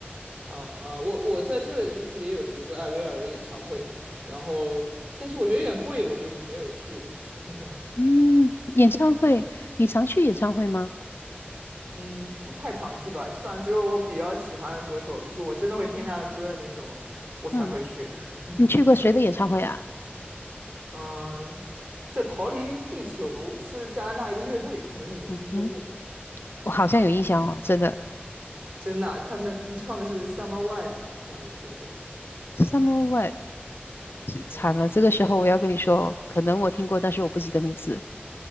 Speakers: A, on the right; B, on the left.
A: 啊、啊，我我在这里就是也有，比如说艾薇儿的演唱会，然后但是我觉得有点贵，我就没有去。<laughs>
B: 嗯，演唱会，你常去演唱会吗？
A: 嗯，不太常去吧，基本上只有我比较喜欢的歌手，就是我真的会听他的歌的那种，我才会去。
B: 嗯，
A: <laughs>
B: 你去过谁的演唱会啊？
A: 嗯，这《逃离地球》是加拿大一个乐队，可能你没听说过。
B: 嗯哼，我好像有印象哦，
A: 嗯，
B: 真的。
A: 真的啊，他们唱的是《Summer Vibe》，不知道你有听过？
B: Summer Webb。这惨了，
A: 嗯，
B: 这个时候我要跟你说，可能我听过，但是我不记得名字。